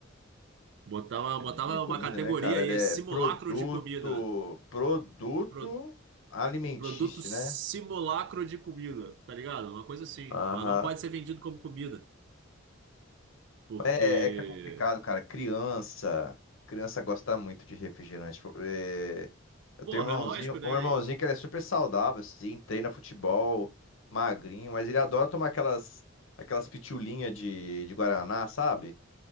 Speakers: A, on the right; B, on the left.
A: Botava,
B: É,
A: botava
B: nem é comida,
A: uma categoria
B: né, cara?
A: aí,
B: Ele é
A: simulacro
B: produto.
A: de comida.
B: Produto
A: Pro-
B: alimentício,
A: Produto simulacro
B: né?
A: de comida, tá ligado? Uma coisa assim.
B: Aham.
A: Mas não pode ser vendido como comida. Porque,
B: É, é que é complicado, cara. Criança, criança gosta muito de refrigerante. Tipo, é, Eu
A: porra,
B: tenho um irmãozinho,
A: é lógico, né?
B: um irmãozinho que ele é super saudável, assim, treina futebol, magrinho, mas ele adora tomar aquelas, aquelas pitulinhas de, de Guaraná, sabe?